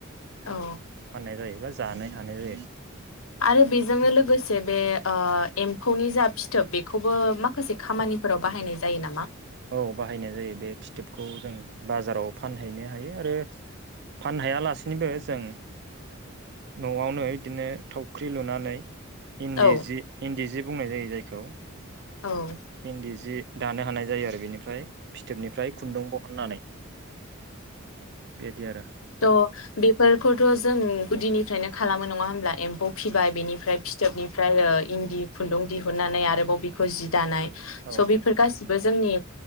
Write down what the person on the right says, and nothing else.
फाननाय
जायोबा जानो हानाय जायो।
औ बाहायनाय जायो बे फिथोबखौ जों बाजाराव फानहैनो हायो आरो फानहायालासिनोबो जों न'आवनो बिदिनो थावख्रि लुनानै। इनदि
जि इनदि जे बुंनाय जायो जायखौ।
इन्दि जि दानो हानाय जायो आरो बेनिफ्राय फिथोबनिफ्राय खुन्दुं बहननानै बेदि आरो।
औ